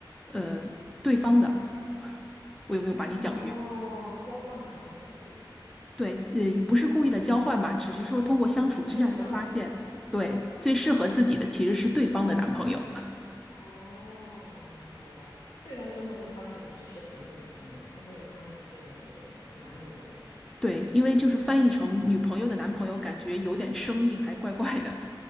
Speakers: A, in the centre; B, on the left (about 70°).
A: 呃，对方的。我有没有把你讲晕？
B: 哦，交换男朋友这个意思。
A: 对，呃，不是故意的交换吧，只是说通过相处之下才发现，
B: 事实上，
A: 对，最适合自己的其实是对方的男朋友。<laughs>
B: 哦，明白了，所以它中文的翻译只是朋友的朋友，它没有翻译出来这个男女的问题。
A: 对，因为就是翻译成女朋友的男朋友，感觉有点生硬，还怪怪的。